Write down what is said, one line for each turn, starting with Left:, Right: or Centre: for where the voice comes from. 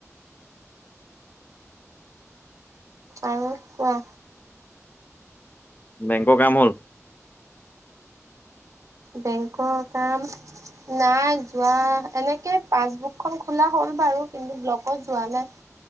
Right: আৰু কোৱা
Left: বেংকৰ কাম হ'ল?
Right: বেংকৰ কাম- নাই যোৱা, এনেকে পাছবুক খন খোলা হ'ল বাৰু কিন্তু ব্লকত যোৱা নাই।